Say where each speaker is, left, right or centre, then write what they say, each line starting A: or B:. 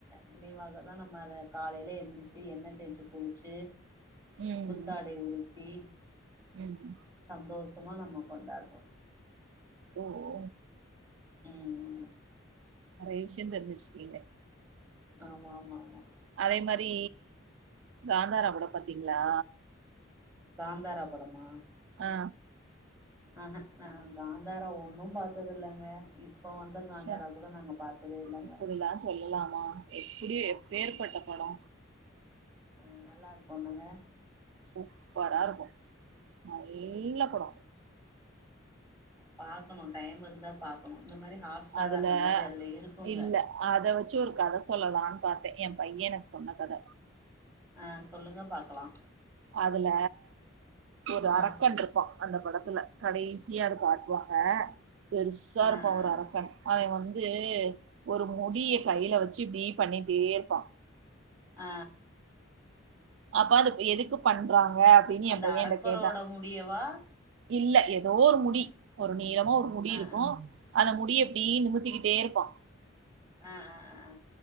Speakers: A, on the right; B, on the right.
A: நினைவாக தா நம்ம அந்த நினைவாகதா நம்ம அத காலைல எந்திச்சி எண்ணெ தேச்சி குளிச்சு
B: ம்
A: புத்தாடை உடுத்தி
B: ம்
A: சந்தோஷமா நம்ம கொண்டாட்றோ
B: ஓ ஓ
A: ம்
B: நெறைய விஷ்யொ தெரிஞ்சி வச்சிர்க்கீங்க
A: ஆமா ஆமா ஆமா
B: அதே மாரி காந்தாரா
A: ம்
B: கூட பாத்தீங்ளா
A: காந்தாரா படமா
B: ஆ
A: அஹா நா காந்தாரா ஒன்னு பாத்ததில்லங்க இப்போ வந்த காந்தாரா
B: ச
A: கூட நாங்க பாத்ததே இல்லங்க
B: இப்படிலா சொல்லலாமா எப்டி எப்பேர்
A: ம்
B: பட்ட படொ
A: ஆ நல்லாருக்குல்லங்க
B: சூப்பரா இருக்கு நல்ல
A: ம் ம் ம் ம்
B: படோ
A: ம் பாக்கணு டைம் இருந்தா பாக்கணு இந்த மாரி ஹாட் ஸ்டார்
B: அதுல
A: அந்த மாரி அதுல இருக்குங்க
B: இல்ல அத வச்சி ஒரு கத சொல்லலான் பாத்த ஏம் பைய எனக் சொன்ன கத
A: ஆ சொல்லுங்க பாக்லா
B: அதுல ஒரு
A: ஆ
B: அரக்கன்ருப் பா அந்த படத்துல கடைசியா இத காட்டுவாங்க பெருசாருப்பா
A: ஆ ஆ
B: ஒரு
A: ஆ
B: அரக்கன் அவே வந் து ஒரு முடிய கைல வச்சி இப்டீ பண்ணிட்டேர்ப்பா
A: ஆ
B: அப்பா அதுப் எதுக்கு பண்றாங்க அப்டின்னு
A: அந்த
B: எ பைய
A: அரக்கரோட
B: என்ட்ட கேட்டா
A: முடியவா
B: இல்ல எதோ ஒரு முடி ஒரு நீளமா ஒரு முடி
A: ஆ
B: இருக்கு
A: ஆ
B: அத முடிய இப்டி நுமுத்திகிட்டேருப்பா
A: அ அ அ அ